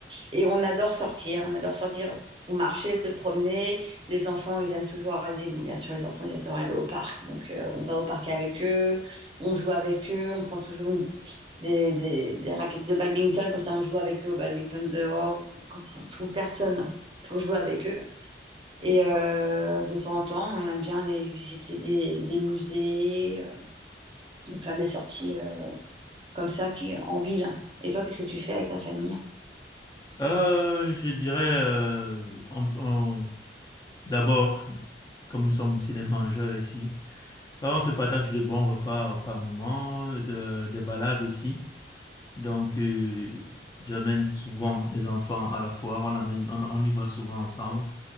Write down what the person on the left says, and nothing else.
Euh, je dirais, euh, on- on- d'abord, comme nous sommes aussi des mangeurs ici, alors on se partage de bons repas par moment, euh, des balades aussi. Donc, euh, j'amène souvent des enfants à la foire, on amène, on, on y va souvent ensemble.